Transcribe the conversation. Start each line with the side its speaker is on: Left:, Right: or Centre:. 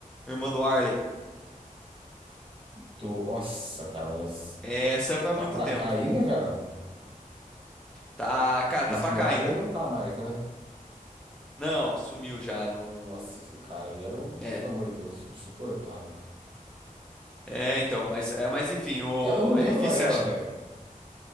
Centre: irmã do Arley.
Right: do... Nossa, cara, mas
Centre: Essa faz
Right: tá
Centre: muito
Right: pra
Centre: tempo.
Right: cá ainda, cara?
Centre: Tá, cara,
Right: Esse-
Centre: tá pra
Right: O
Centre: cá
Right: Arley
Centre: ainda.
Right: não tá mais, né?
Centre: Não, sumiu já, não.
Right: Nossa, esse cara, ele era um,
Centre: É.
Right: pelo amor de Deus, insuportável.
Centre: É, então, mas é, mas enfim, o
Right: Ela eu não lembro
Centre: é difícil
Right: mais dela,
Centre: achar.
Right: velho.